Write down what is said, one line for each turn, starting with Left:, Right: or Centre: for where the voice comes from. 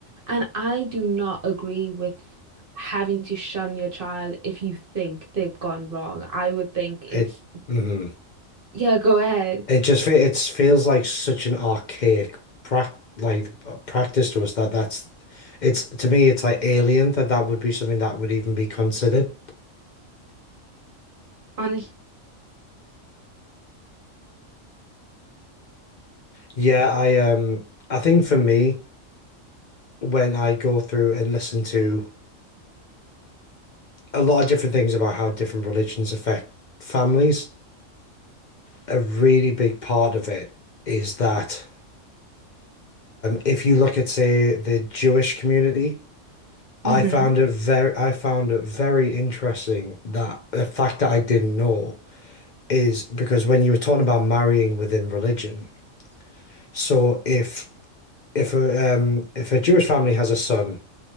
Right: And I do not agree with having to shun your child if you think they've gone wrong. I would think
Left: It.
Right: it's,
Left: mhm.
Right: yeah, go ahead.
Left: It just fe- it feels like such an archaic prac like uh, practice to us that that's it's to me it's like alien that that would be something that would even be considered.
Right: Honest.
Left: Yeah, I um I think for me when I go through and listen to a lot of different things about how different religions affect families, a really big part of it is that if you look at say the Jewish community, I
Right: hmm
Left: found it very I found it very interesting that a fact that I didn't know is because when you were talking about marrying within religion, so if if a um, if a Jewish family has a son,